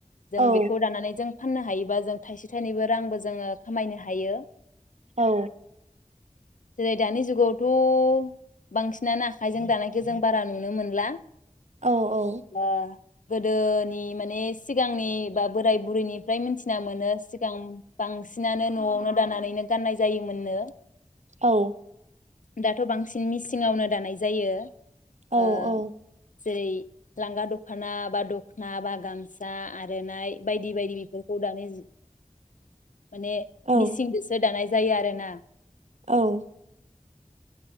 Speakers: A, on the left; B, on the right.
A: जों
B: औ
A: बेखौ दानानै जों फाननो हायोबा जों थाइसे थाइनैबो रांबो जोङो खामायनो हायो।
B: औ
A: जेरै दानि जुगावथ' बांसिनानो आखाइजों दानायखौ जों बारा नुनो मोनला
B: औ औ
A: ओ गोदोनि माने सिगांनि बा बोराय बुरैनिफ्राय मोथिना मोनो सिगां बांसिनानो न'आवनो दानानैनो गाननाय जायोमोननो।
B: औ
A: दाथ' बांसिन मिसिं ङावनो दानाय जायो।
B: औ
A: ओ
B: औ
A: जेरै लांगा दखना बा दखना बा गामसा आर'नाइ बायदि बायदि बेफोरखौ दानि जु माने
B: औ
A: मिसिंजोंसो दानाय जायो आरोना
B: औ